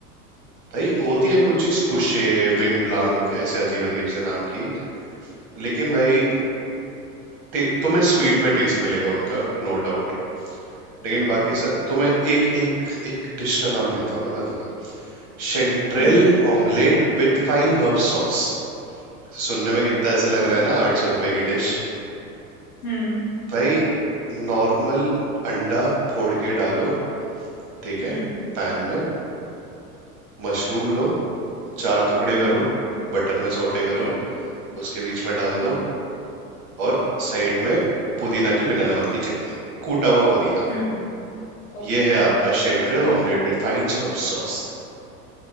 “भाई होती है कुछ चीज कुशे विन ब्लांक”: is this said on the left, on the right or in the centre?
Right